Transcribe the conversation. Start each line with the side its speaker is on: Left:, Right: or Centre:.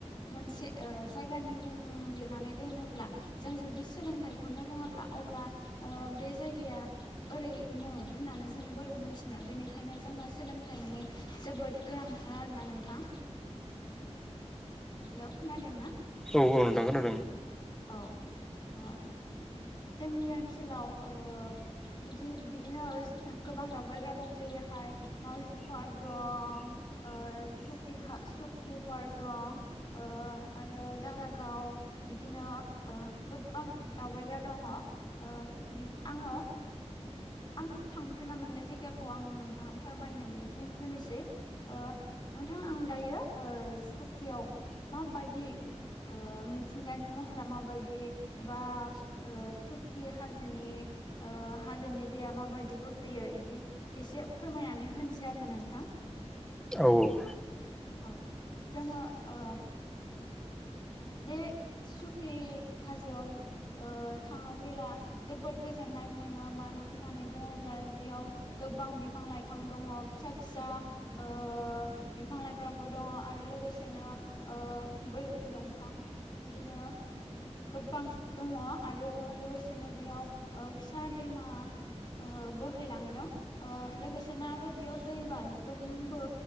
Left: मोनसे ओ जायगानि मुं लिरनानै दोनोब्ला जों जुदि सोलोंथाइखौनो रोङाब्ला अब्ला ओ बे जायगाया ओरै मुं होननानै जों बोरै मोनथिनो बेनिखायनो जोंनो सोलोंथाइनि जोबोद गोनांथार आरोना नोंथां हेलौ खोनादों ना
Centre: औ नोंथां खोनादों
Left: औ ओ जोंनि ओनसोलाव ओ बिदिनो बिदिनो <unintelligible> गोबां दावबायग्रा दं जेरैहाय मावउजि पार्क दं ओ सुखि हा सुखि पार्क दं। ओ आरो दारागाव दिनो ओ गोबां दावबायग्रा दङ बि ओ आङो आं थांफेरना मोननाय जायगाखौ आं नोंथांनो फोरमायनानै बुं होनोसै। ओ नोंथां आं दायो ओ सुकियाव माबायदि ओ मिथिंगानि महरा माबायदि एबा ओ सुकि हाजोनि ओ हाजोनि दैैया माबायदि बोहैयो इदि एसे फोरमायनानै होनोसै आरो नोंथां।
Centre: औ औ
Left: औ जोङो ओ बे सुकि हाजोआव ओ थाङोब्ला जोबोद गोजोननाय मोनो मानो होननानै बुङोब्ला बेयाव गोबां बिफां लाइफां दङ फिसा फिसा ओ बिफां लाइफांफोर दङ आरो लोगोसेनो ओ बैग्रि दंफां बिदिनो गोबां दङ आरो लोगोसेनो बेयाव ओ फिसा दैमा ओ बोहैलांदों ओ लोगोसेनो आरो बेयाव दै बाज्रुमबो